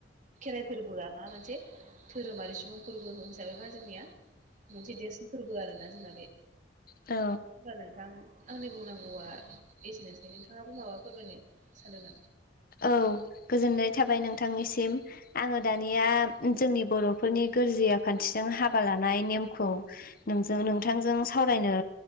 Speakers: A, on the right; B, on the left.
A: खेराइ फोरबोआ मा मोनसे धोरोमारि सुबुं फोरबो होनसाबै मा जोंनिया मोनसे देरसिन फोरबो आरो ना जोंना बे।
B: औ।
A: होनबा नोंथां आंनि बुंनांगौआ एसेनोसै नोंथाङाबो माबा फोरमायनो सानदों नामा?
B: औ गोजोननाय थाबाय नोंथांनिसिम। आङो दानिया जोंनि बर'फोरनि गोरजिया खान्थिजों हाबा लानाय नेमखौ। नोंजों नोंथांजों सावरायनो